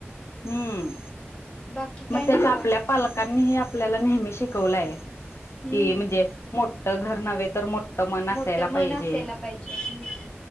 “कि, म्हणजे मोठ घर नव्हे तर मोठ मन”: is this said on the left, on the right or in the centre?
Left